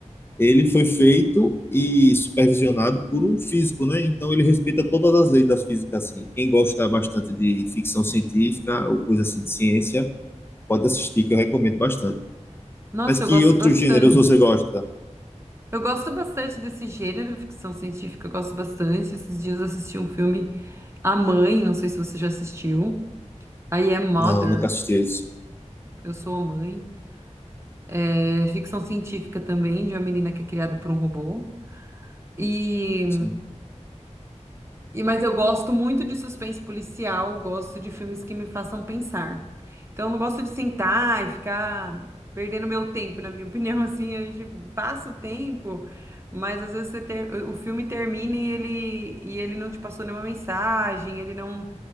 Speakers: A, on the left; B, on the right.
A: ele foi feito e supervisionado por um físico, né? Então ele respeita todas as leis da física, assim. Quem gosta bastante de ficção científica ou coisa assim de ciência, pode assistir, que eu recomendo bastante.
B: Nossa,
A: Mas que
B: eu gosto
A: outros
B: bastante.
A: gêneros você gosta?
B: Eu gosto bastante desse gênero, ficção científica, eu gosto bastante. Esses dias eu assisti um filme A Mãe, não sei se você já assistiu. I Am Mother,
A: Não, nunca assisti isso.
B: eu sou a mãe. É ficção científica também, de uma menina que é criada por um robô. E
A: Sim,
B: E, mas eu gosto muito de suspense policial, gosto de filmes que me façam pensar. Então, eu não gosto de sentar e ficar perdendo meu tempo, na minha opinião, <laughs> assim, a gente passa o tempo, mas às vezes você ter- o filme termina e ele, e ele não te passou nenhuma mensagem, ele não,